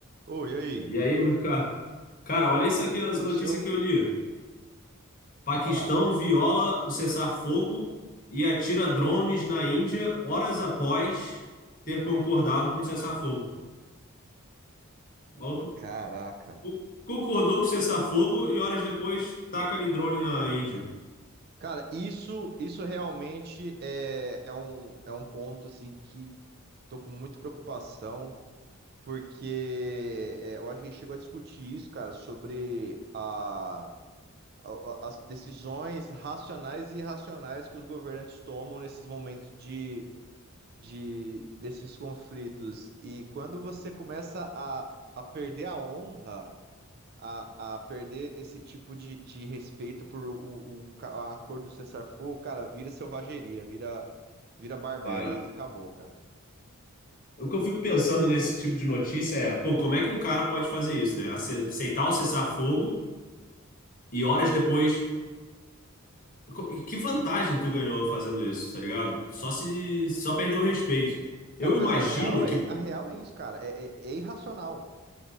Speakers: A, on the right; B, on the left.
A: Ô, e aí?
B: E
A: O que
B: aí, meu cara? Cara, olha isso aqui, essa
A: aconteceu?
B: notícia que eu li. Paquistão
A: Pode falar.
B: viola o cessar-fogo e atira drones na Índia horas após ter concordado com o cessar-fogo. O maluco
A: Caraca.
B: co- concordou com o cessar-fogo e horas depois taca ali drone na Índia.
A: Cara, isso, isso realmente é, é um, é um ponto assim que tô com muita preocupação, porque é, eu acho que a gente chegou a discutir isso, cara, sobre a, a- as decisões racionais e irracionais que os governantes tomam nesses momentos de, de desses conflitos. E quando você começa a, a perder a honra. a, a perder esse tipo de, de respeito por um, um, ca- a cor do cessar-fogo, cara, vira selvageria, vira, vira barbárie
B: É.
A: e acabou, cara.
B: O que eu fico pensando nesse tipo de notícia é, pô, como é que um cara pode fazer isso, né? Ace- Aceitar o cessar-fogo e horas depois co- e que vantagem tu ganhou fazendo isso, tá ligado? Tu só se só perdeu o respeito. Eu
A: Cara, mas
B: imagino
A: a real
B: que
A: é, a real é isso, cara. É, é, é irracional.